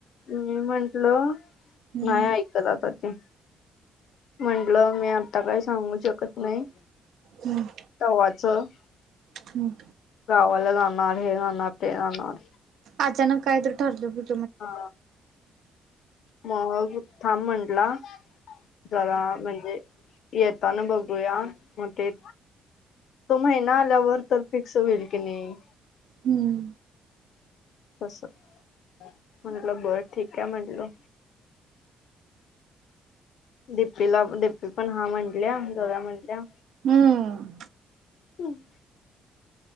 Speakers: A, on the left; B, on the right.
A: मी म्हंटल
B: हम्म
A: नाही ऐक तर आता ते म्हटलं मी आता काय सांगू शकत नाही.
B: हम
A: तव्हाचं
B: थँक्यू.
A: गावाला जाणार हे जाणार ते जाणार
B: अचानक काय तर ठरलं तर
A: हा मग थांब म्हंटला जरा म्हणजे येताना बघूया, मग ते तो महिना आल्यावर तर फिक्स होईल की नाही
B: हम्म
A: तस, म्हटलं बर ठीक आहे म्हटलं दिपीला दिपी पण हा म्हणल्या जावूया म्हणल्या
B: हम्म
A: हम्